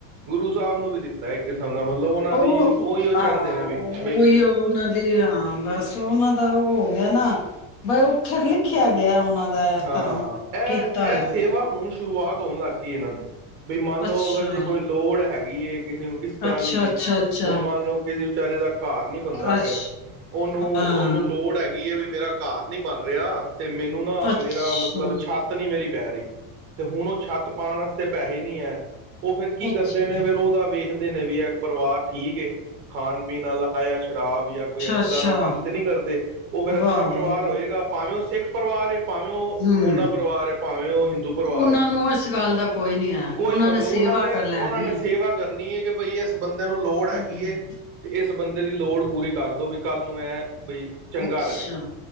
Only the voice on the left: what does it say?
ਉਹ
ਹਾਂ
ਉਹੀਓ
ਉਨਾਂ ਦੀ ਹਾਂ ਬਸ ਉਹਨਾਂ ਦਾ ਉਹ ਹੋ ਗਿਆ ਨਾ, ਬਸ ਉੱਥੇ ਲਿਖਿਆ ਗਿਆ ਉਹਨਾਂ ਦਾ
ਧਰਮ
ਕੀਤਾ ਹੋਇਆ
ਅੱਛਾ
ਅੱਛਾ
ਅੱਛਾ ਅੱਛਾ
ਅੱਛਾ
ਹਾਂ
ਅੱਛਾ
ਅੱਛਾ
ਅੱਛਾ
ਅੱਛਾ
ਅੱਛਾ
ਵਾਹ
ਬਾਈ
ਵਾਹ
ਹੂੰ
ਉਹਨਾਂ
ਨੂੰ ਇਸ ਗੱਲ ਦਾ ਕੋਈ ਨੀ ਹੈ
ਨੇ ਸੇਵਾ
ਕਰ ਲੈਣੀ
ਹੈ
ਹਮ
ਅੱਛਾ